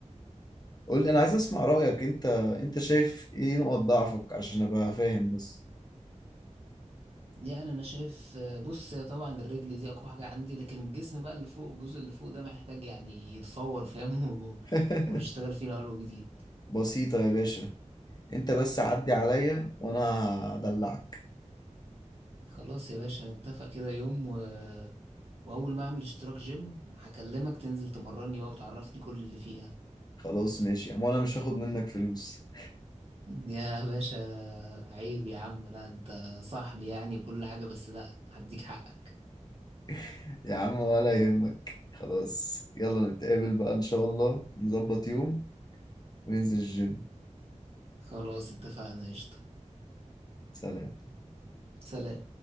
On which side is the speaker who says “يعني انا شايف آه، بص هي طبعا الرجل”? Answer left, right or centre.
Right